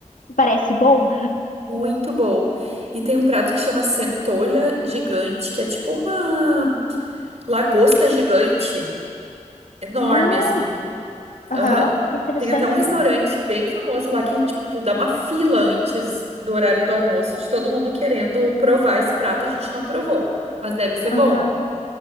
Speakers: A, on the left; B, on the right.
A: Parece bom?
B: Muito bom. E tem um prato que chama centolha gigante, que é tipo uma lagosta gigante, enorme,
A: ah,
B: assim.
A: Aham,
B: Aham.
A: interessante.
B: Tem até um restaurante bem famoso lá que, tipo, dá uma fila antes do horário do almoço de todo mundo querendo provar esse prato. A gente não provou, mas deve ser
A: Aham.
B: bom.